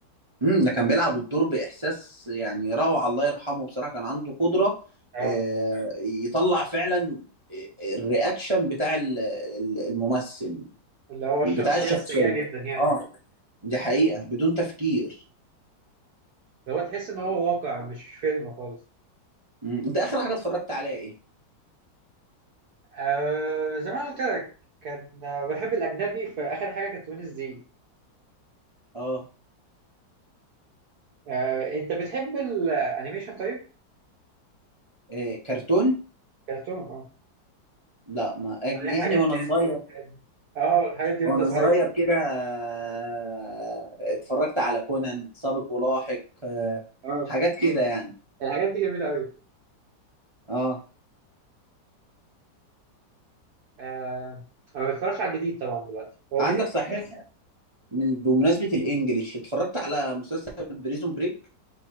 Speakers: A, on the right (about 45°); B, on the right (about 60°).
A: مم. ده كان بيلعب الدور بإحساس يعني روعة الله يرحمه بصراحة كان عنده قدرة
B: اه
A: آه يطلع فعلا آه، الرياكشن بتاع ال- ال- الممثل
B: اللي هو الشخصية
A: بتاع الشخصية
B: السيئة جدا يعني
A: اه دي حقيقة بدون تفكير
B: اللي هو تحس ان هو واقع مش فيلم خالص
A: مم. انت اخر حاجه اتفرجت عليها ايه
B: آه زي ما أنا قلت لك كان آه، بحب الاجنبي في اخر حاجة كانت وينز دي
A: اه
B: آه انت بتحب الانيميشن طيب
A: إيه كرتون
B: كرتون آه.
A: لا ما
B: عليها حاجات
A: يعني وانا
B: ديزني
A: صغير
B: والحاجات دي اه الحاجات دي وانت
A: وانا
B: صغير
A: صغير كده آه، اتفرجت على كونان سابق ولاحق آه،
B: اه
A: حاجات كده يعني
B: الحاجات دي جميله قوي
A: اه
B: آه. انا ما بتفرجش على الجديد طبعا دلوقتي هو
A: عندك
B: جديد
A: صحيح من بمناسبه الانجليش اتفرجت على مسلسل بريزون بريك